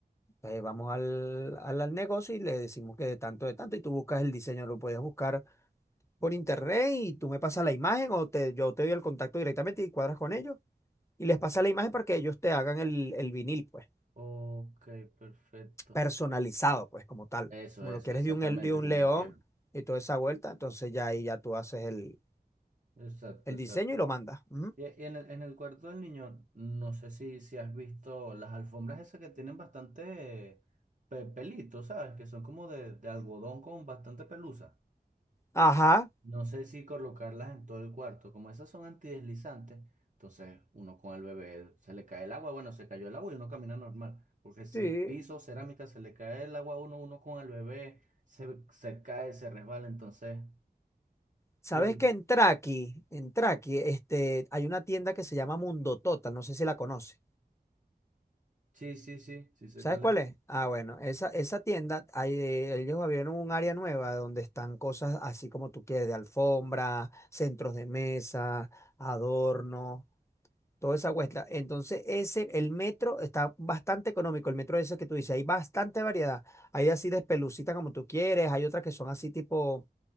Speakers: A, on the left; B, on the right.
A: Eh, vamos al, al, al negocio y le decimos que de tanto, de tanto, y tú buscas el diseño, lo puedes buscar por internet y tú me pasas la imagen o te, yo te doy el contacto directamente y cuadras con ellos y les pasas la imagen para que ellos te hagan el, el vinil, pues.
B: Ok, perfecto.
A: personalizado, pues como tal.
B: Eso,
A: Como
B: eso,
A: lo quieres
B: exactamente
A: de un, de un
B: como
A: león
B: lo quiero.
A: y toda esa vuelta, entonces ya ahí ya tú haces el,
B: Exacto,
A: el
B: exacto.
A: diseño y lo mandas. Ujú.
B: Y y en el, en el cuarto del niño, no sé si, si has visto las alfombras esas que tienen bastante pe- pelito, ¿sabes? Que son como de, de algodón con bastante pelusa.
A: Ajá,
B: No sé si colocarlas en todo el cuarto. Como esas son antideslizantes, entonces uno con el bebé se le cae el agua. Bueno, se cayó el agua y uno camina normal. Porque si
A: sí.
B: es piso, cerámica, se le cae el agua a uno, uno con el bebé se, se cae, se resbala. Entonces,
A: ¿Sabes
B: y al-
A: que en Traki, en Traki, este, hay una tienda que se llama Mundo Total, no sé si la conoces.
B: sí, sí, sí, sí sé
A: ¿Sabes
B: cuál
A: cuál
B: es.
A: es? Ah,
B: Sí.
A: bueno, esa, esa tienda, hay, de- ellos abrieron un área nueva donde están cosas así como tú quieres, de alfombra, centros de mesa, adornos toda esa cuesta. Entonces, ese, el metro está bastante económico, el metro ese que tú dices, hay bastante variedad. Hay así de pelucita como tú quieres, hay otras que son así tipo,